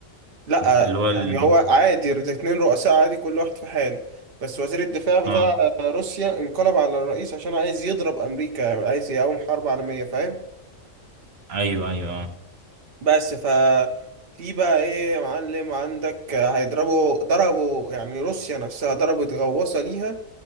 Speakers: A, on the right; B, on the right.
A: لا
B: اللي هو ال...
A: يعني هو عادي الاتنين رؤساء عادي كل واحد في حاله بس وزير الدفاع بتاع
B: اه
A: روسيا انقلب على الرئيس عشان عايز يضرب امريكا عايز يقوم حرب عالمية فاهم
B: ايوه ايوه اه
A: بس ف في بقى ايه يا معلم عندك هيضربوا ضربوا يعني روسيا نفسها ضربت غواصة ليها